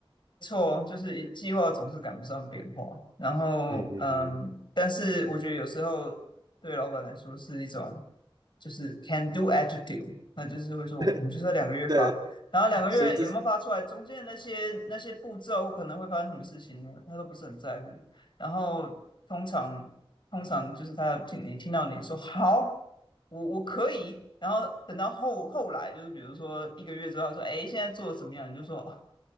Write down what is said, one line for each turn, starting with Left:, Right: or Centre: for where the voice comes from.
Left: 错，就是计划总是赶不上变化。然后，
Right: 嗯嗯
Left: 嗯，但是我觉得有时候对老板来说是一种就是 can do attitude，那就是会说我们就是要两个月发，
Right: 嗯，<laughs> 对啊，
Left: 然后两个月有没有发出来，
Right: 所以这是
Left: 中间那些那些步骤可能会发生什么事情呢，他都不是很在乎。然后通常通常就是他听你听到你说好，我我可以，然后等到后后来就是比如说一个月之后，他说哎现在做的怎么样，你就说。哦